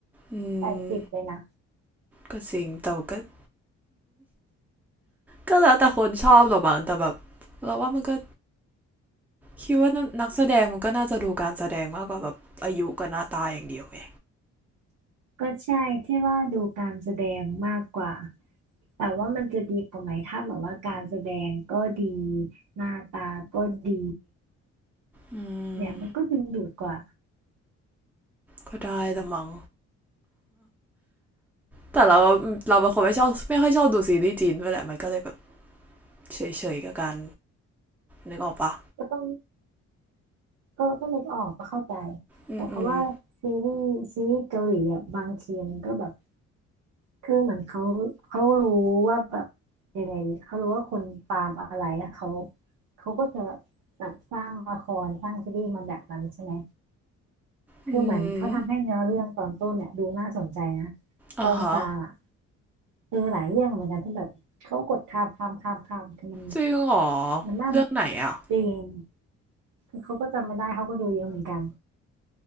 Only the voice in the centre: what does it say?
อืม
ก็จริงแต่ก็ <laughs> ก็แล้วแต่คนชอบหรอกบางแต่แบบเราว่ามันก็คิดว่านักแสดงมันก็น่าจะดูการแสดงมากกว่าแบบอายุกับหน้าตาอย่างเดียวไง
อืม
ก็ได้แต่มังแต่เราเราเป็นคนไม่ชอบไม่ค่อยชอบดูซีรีส์จีนด้วยแหละมันก็เลยแบบเฉยๆกับการนึกออกปะ
อืม
อืมอ่าฮะ
จริงเหรอ
เรื่องไหนอ่ะ